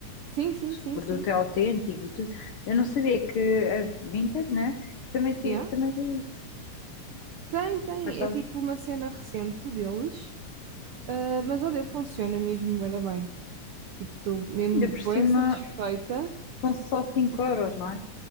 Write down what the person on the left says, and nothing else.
se
o produto
é autêntico e tudo. Eu não sabia que a Vinted, né? Também tem,
também tem isso.
Por acaso,
ainda
por cima
são só 5 euros, não é?